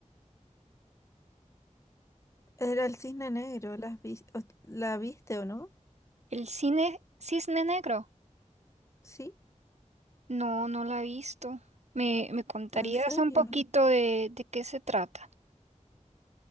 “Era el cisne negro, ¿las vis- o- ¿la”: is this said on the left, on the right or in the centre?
Left